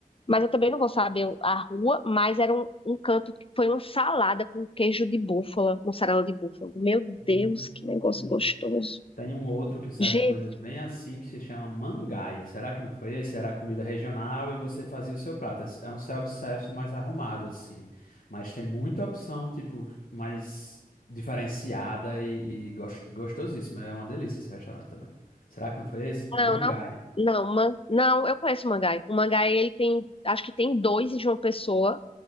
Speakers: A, on the left; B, on the left.
A: mas eu também não vou saber a rua, mas era um, um canto que foi uma salada com queijo de búfala, mussarela de búfala. Meu
B: Hum,
A: Deus, que negócio gostoso.
B: Tem um outro que serve
A: Gente,
B: coisas bem assim que se chama mangai. Será que não foi esse? Era comida regional e você fazia o seu prato. É um self-service mais arrumado assim, mas tem muita opção tipo mais diferenciada e, e gos- gostosíssima. É uma delícia esse restaurante também. Será que não foi esse? Mangai.
A: não, não, não, man, não, eu conheço o Mangai. O Mangai, ele tem, acho que tem dois em João Pessoa.